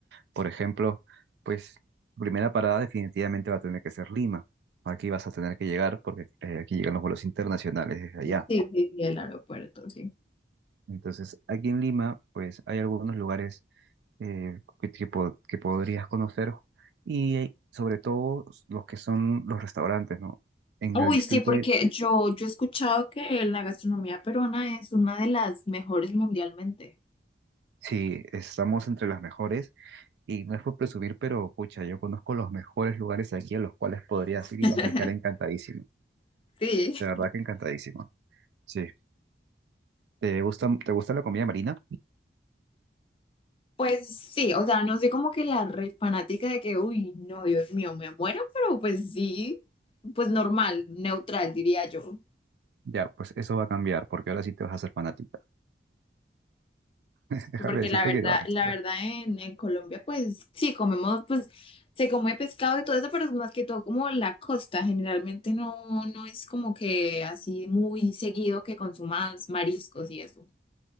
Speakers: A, on the right; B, on the left.
A: Por ejemplo, pues, primera parada definitivamente va a tener que ser Lima. Aquí vas a tener que llegar porque eh, aquí llegan los vuelos internacionales desde allá.
B: Sí, sí, sí, el aeropuerto, sí.
A: Entonces, aquí en Lima, pues, hay algunos lugares eh, que, que po- que podrías conocer y eh, sobre todo los que son los restaurantes, ¿no? En
B: Uy,
A: el distrito
B: sí, porque
A: de...
B: yo, yo he escuchado que la gastronomía peruana es una de las mejores mundialmente.
A: Sí, estamos entre las mejores y no es por presumir, pero pucha, yo conozco los mejores lugares aquí a los cuales podrías ir
B: <laughs>
A: y vas a quedar encantadísimo.
B: Sí.
A: De verdad que encantadísimo. Sí. ¿Te gusta, te gusta la comida marina?
B: Pues sí, o sea, no soy como que la re fanática de que, uy, no, Dios mío, me muero, pero pues sí, pues normal, neutral, diría yo.
A: Ya, pues eso va a cambiar porque ahora sí te vas a hacer fanática. <laughs> Déjame
B: Porque
A: decirte
B: la verdad,
A: que va a
B: la
A: cambiar.
B: verdad en, en Colombia, pues sí, comemos, pues se come pescado y todo eso, pero es más que todo como la costa. Generalmente no, no es como que así muy seguido que consumas mariscos y eso.